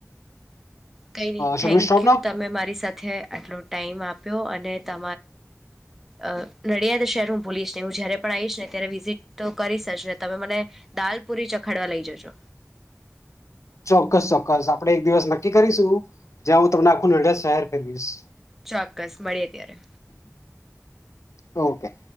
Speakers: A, in the centre; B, on the left.
A: કઈ નહી
B: should
A: thank
B: we stop now
A: you તમે મારી સાથે આટલો ટાઈમ આપ આપ્યો અને <unintelligible> અ નડ્યા શહેર હું ભૂલીશ ને હું જયારે પણ આવીઈશ ને ત્યારે વિઝિટ તો કરીશજ ને તમે મને દાલપુરી ચખાડવા લઈ જજો.
B: ચોક્કસ ચોક્કસ આપડે એક દિવસ નક્કી કરીશું જ્યાં હું તમને આખું <unintelligible> શહેર ફેરવીશ.
A: ચોક્કસ મળીએ ત્યારે
B: ઓકે